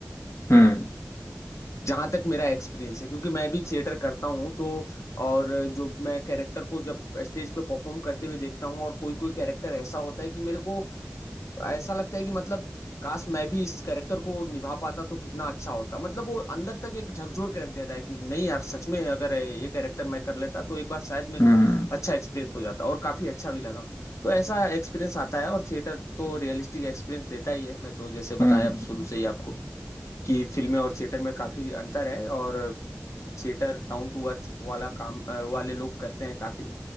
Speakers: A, on the left; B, on the left.
A: हम्म
B: जहाँ तक मेरा एक्सपीरियंस है क्योंकि मैं भी थिएटर करता हूँ तो और जो मैं कैरेक्टर को जब स्टेज पे परफॉर्म करते हुए देखता हूँ और कोई कोई कैरेक्टर ऐसा होता है कि मेरे को ऐसा लगता है कि मतलब काश मैं भी इस कैरेक्टर को निभा पाता तो कितना अच्छा होता मतलब वो अंदर तक एक झकझोर के रख देता है कि नहीं यार सच में अगर ये कैरेक्टर मैं कर लेता तो एक बार शायद मेरे
A: हम्म
B: को
A: हम्म
B: अच्छा एक्सपीरियंस हो जाता और काफी अच्छा भी लगा तो ऐसा एक्सपीरियंस आता है और थिएटर तो रियलिस्टिक एक्सपीरियंस देता ही है मैं तो जैसे
A: हम्म,
B: बताया
A: हम्म।
B: अब शुरू से ही आपको कि फिल्में और थिएटर में काफी अंतर है और थिएटर डाउन टू अर्थ वाला काम अ, वाले लोग करते हैं काफी